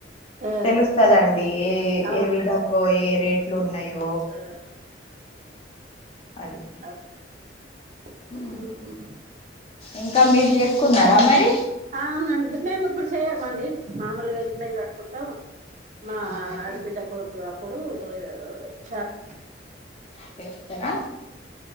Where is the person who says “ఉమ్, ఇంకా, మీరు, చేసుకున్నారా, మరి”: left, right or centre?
Left